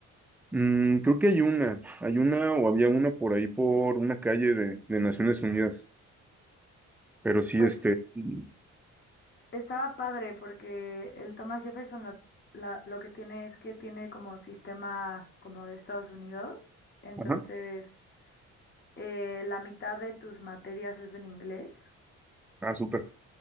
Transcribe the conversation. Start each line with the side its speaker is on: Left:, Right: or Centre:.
Centre: mm, creo que hay una, hay una o había una por ahí por una calle de, de Naciones Unidas, pero sí,
Left: Pues
Centre: este, y-
Left: Estaba padre porque el Thomas Jefferson lo, la- lo que tiene es que tiene como sistema como de Estados Unidos. Entonces,
Centre: ajá,
Left: eh, la mitad de tus materias es en inglés
Centre: ah, súper.